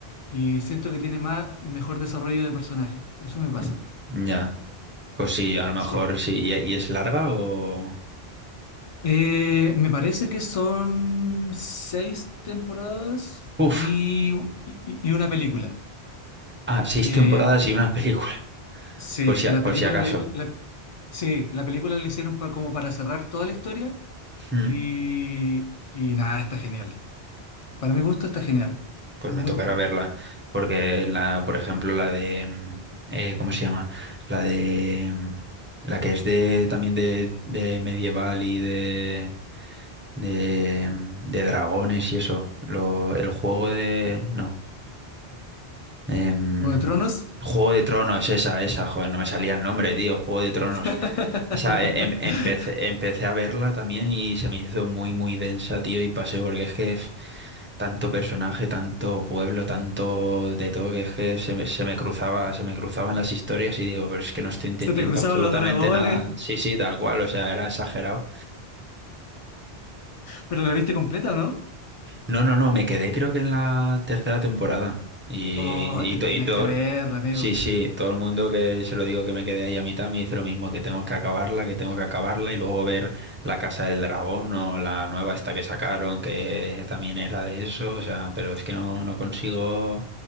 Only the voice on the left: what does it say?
y siento que tiene más, mejor desarrollo de personajes, eso me pasa.
Sí.
Eh, me parece que son seis temporadas
y, y- y una película,
que
Sí,
que
la
película
le, la- sí, la película le hicieron pa- como para cerrar toda la historia
y, y nada, está genial. Para mi gusto está genial.
Es
muy
buena.
O de Tronos.
<laughs>
Se te cruzaban
los dragones.
¿Pero la viste completa o no?
Oh, te-
tenés
que verla, amigo.